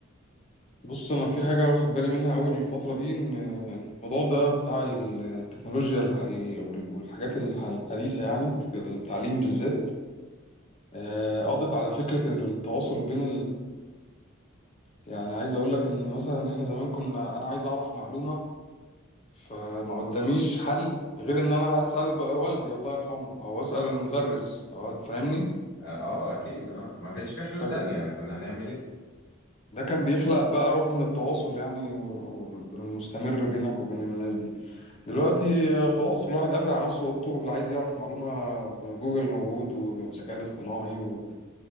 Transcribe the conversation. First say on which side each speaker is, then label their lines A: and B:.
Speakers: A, on the left (about 30°); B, on the left (about 60°).
A: بص انا في حاجه واخد بالي منها اول الفتره دي ان إن الموضوع ده بتاع التكنولوجيا الح... ال- والحاجات الح- الحديثه يعني في التعليم بالذات آه، قضت على فكره التواصل بين يعني عايز اقول لك ان مثلا احنا زمان كنا انا عايز اعرف معلومة فما قداميش حل غير ان انا اسال بقى والدي الله يرحمه او اسال المدرس أو فاهمني
B: اه آه، اكيد اه ما كانش في حلول
A: فك-
B: تانية يعني كنا هنعمل ايه
A: ده كان بيخلق بقى روح من التواصل يعني و- المستمر بينك وبين الناس دي دلوقتي آه، خلاص كل واحد قافل على نفسه اوضته واللي عايز يعرف معلومة جوجل موجود والذكاء الاصطناعي و-